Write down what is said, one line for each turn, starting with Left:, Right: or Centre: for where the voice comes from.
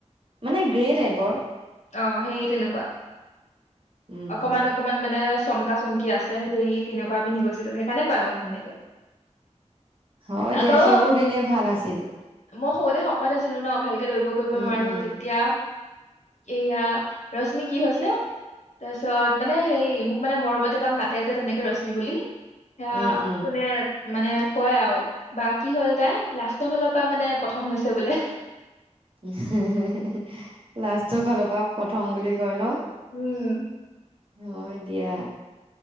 Right: মানে গ্ৰে টাইপৰ
Left: অ সেই তেনেকুৱা
Right: উম
Left: অকমান অকমান মানে চমকা চমকি আছে সেই তেনেকুৱা পিন্ধি গৈছিলো সেইকাৰণে কয় মোক তেনেকে
Right: হয়
Left: আকৌ
Right: দিয়া সেইবোৰ দিনে ভাল আছিল
Left: মই সৰুতে শকত আছিলো ন ভাল কে দৰিব কৰিব
Right: উম
Left: নোৱাৰো
Right: উম
Left: তেতিয়া এয়া ৰশ্মি কি হৈছে তাৰপিছত মানে সেই মোক মানে মৰমতে তাত মাতে যে তেনেকে ৰশ্মি বুলি সেয়া
Right: উম উম
Left: কোনে মানে কয় আৰু বা কি হ'ল তাই লাষ্টৰ ফালৰ পৰা মানে প্ৰথম হৈছে বোলে
Right: লাষ্টৰ ফালৰ পৰা প্ৰথম বুলি কয় ন
Left: উম।
Right: হয় দিয়া।